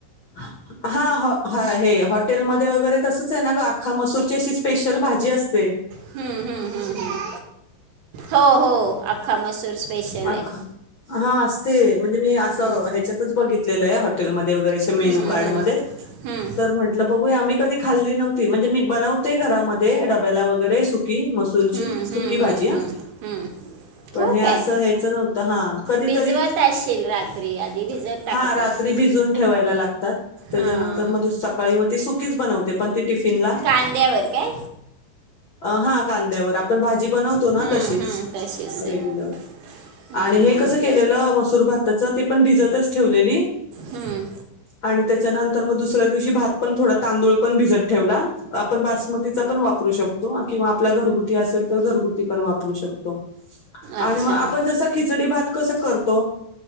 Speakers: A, on the left; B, on the right.
A: <inaudible> हा हॉ हे हॉटेलमध्ये वगैरे तसंच आहे ना गं आख्खा मसूरची अशी स्पेशल भाजी असते.
B: हम्म, हम्म, हम्म, हम्म हो हो आख्खा मसूर स्पेशल
A: अख्खा
B: हाय
A: हा असते म्हणजे मी असं
B: हम्म,
A: ह्याच्यातच बघितलेलंय हॉटेलमध्ये वगैरे असे मेनू
B: हम्म, हम्म,
A: कार्ड मध्ये
B: हम्म,
A: तर म्हटलं बघूया आम्ही कधी खाल्ली नव्हती, म्हणजे मी बनवते घरामध्ये डब्याला वगैरे सु की मसूरची
B: हम्म, हम्म,
A: सुकी भाजी
B: हम्म,
A: हां.
B: हम्म, हम्म.
A: पण
B: हो
A: हे असं
B: काय
A: हेच नव्हतं हां कधीतरी,
B: भिजवत असशील रात्री आधी भिजत टाकत
A: हा रात्री
B: असशील
A: भिजवून ठेवायला लागतात. त्याच्यानंतर
B: हां
A: मग दु सकाळी मग ती सुकीच बनवते पण ती टिफिनला
B: कांद्यावर काय?
A: अ हा कांद्यावर आपण भाजी बनवतो
B: हम्म,
A: ना तशीच.
B: हम्म, तशीच सेम
A: रेग्युलर
B: हम्म
A: आणि हे कसं केलेलं मसूर भाताच ते पण भिजतच ठेवलेली
B: हम्म.
A: आणि त्याच्यानंतर मग दुसऱ्या दिवशी भात पण थोडा तांदूळ पण भिजत ठेवला. आपण बासमतीचा पण वापरू शकतो किंवा आपला घरगुती आसेल तर घरगुती पण वापरू शकतो.
B: अच्छा
A: आणि म आपण जस खिचडी भात कसा करतो?